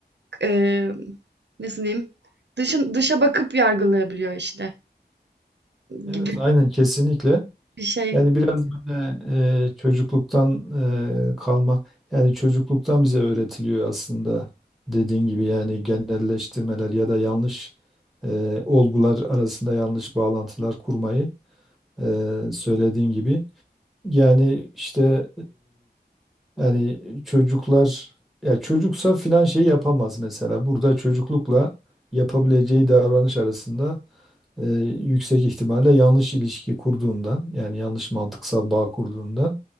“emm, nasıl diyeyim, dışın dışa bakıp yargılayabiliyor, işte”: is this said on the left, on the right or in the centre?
Right